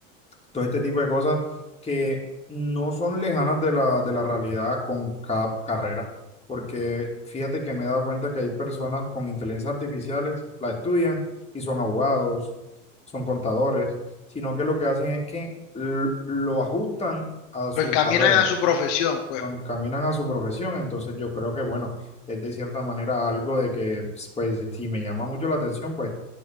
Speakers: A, on the left (about 15°); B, on the left (about 65°).
A: todo este tipo de cosas que no son lejanas de la, de la realidad con cada carrera, porque fíjate que me he dado cuenta que hay personas con inteligencias artificiales, la estudian y son abogados, son contadores, sino que lo que hacen es que l- lo ajustan a su
B: ¿Lo encaminan
A: carrera
B: a su profesión? Pues
A: lo encaminan a su profesión, entonces yo creo que, bueno, es de cierta manera algo de que, pues, si me llama mucho la atención, pues,